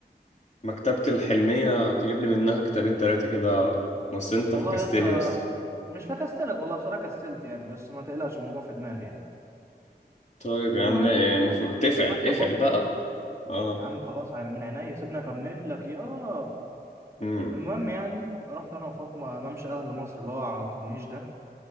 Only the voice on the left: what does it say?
مكتبة الحلمية تجيب لي منها كتابين تلاتة كده بس أنت
فكستلي
يس
طيب يا
عم يعني المفروض تفعل
افعل
بقى آه
مم.